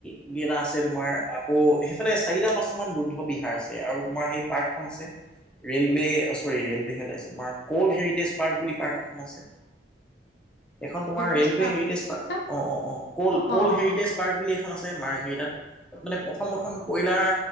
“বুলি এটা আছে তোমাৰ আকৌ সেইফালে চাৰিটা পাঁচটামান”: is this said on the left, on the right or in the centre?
Centre